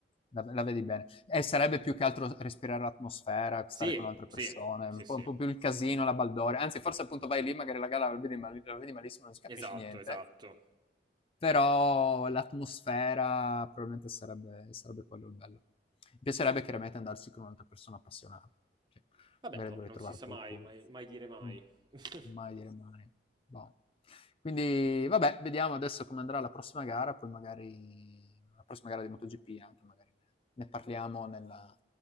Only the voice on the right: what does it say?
Sì,
sì,
sì,
sì.
Esatto,
esatto.
Vabbè,
oh,
non
si sa
mai, mai mai dire mai.
<laughs>